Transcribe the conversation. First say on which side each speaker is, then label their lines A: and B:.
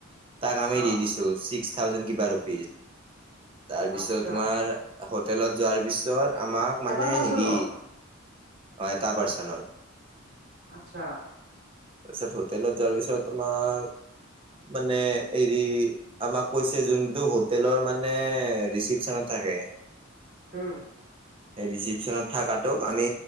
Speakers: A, on the right; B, on the right.
A: তাক আমি
B: অ'
A: দি দিছোঁ ছিক্স থাউজেণ্ড কিবা ৰ তাৰপিছত
B: আচ্ছা
A: তোমাৰ হোটেলত যোৱাৰ পিছত আমাক মানে
B: এটা পাৰ্চনৰ
A: হেৰি। হয় এটা পাৰ্চনৰ।
B: আচ্ছা
A: পিছত হোটেলত যোৱা পিছত তোমাৰ, মানে হেৰি আমাক কৈছে যোন <unintelligible> যোনটো হোটেলৰ মানে ৰিচিপচনত থাকে
B: হুম।
A: এই ৰিচিপচনত থাকা তোক আমি